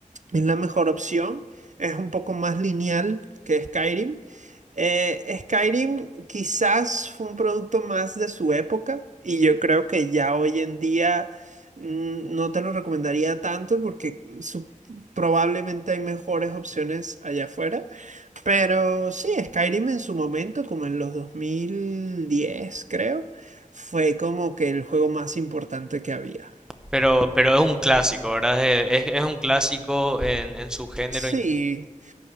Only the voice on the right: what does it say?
es la mejor opción. Es un poco más lineal que Skyrim. Eh, Skyrim quizás fue un producto más de su época y yo creo que ya hoy en día mm, no te lo recomendaría tanto porque su- probablemente hay mejores opciones allá afuera. Pero sí, Skyrim en su momento, como en los 2010 creo, fue como que el juego más importante que había.
Sí,